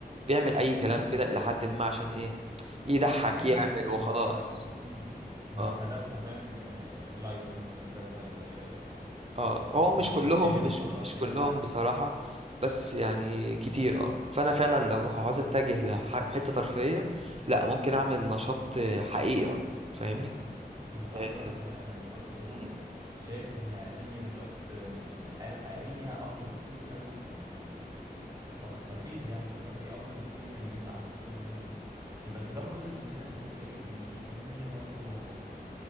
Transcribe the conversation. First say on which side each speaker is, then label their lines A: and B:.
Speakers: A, on the right (about 40°); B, on the right (about 20°).
A: بيعمل اي كلام
B: امم
A: كده الى حد ما عشان ايه يضحك
B: ايوه
A: يعمل
B: الناس اللي
A: وخلاص
B: هي مم. اللي
A: آه.
B: هو هدفها فاهم آه، لايك مثلا هدفها ال- آه،
A: اه هو
B: انها
A: مش
B: تتشهر
A: كلهم مش
B: وخلاص
A: مش
B: اي
A: كلهم
B: حاجه
A: بصراحة بس يعني كتير اه فانا فعلا لو عاوز اتجه لحتة ترفيهية لا ممكن اعمل نشاط حقيقي اكتر فاهمني
B: بالظبط
A: آه،
B: انا كمان انا برضو
A: مم.
B: شايف ان اي نشاط آه، في الحياه الحقيقيه افضل بكتير قوي من آه، تر- ترفيه يعني نشاط ترفيه افضل بكتير من انه يبقى على السوشيال ميديا بس ده برضو يخلينا نقول ايه ان السوشيال ميديا برضو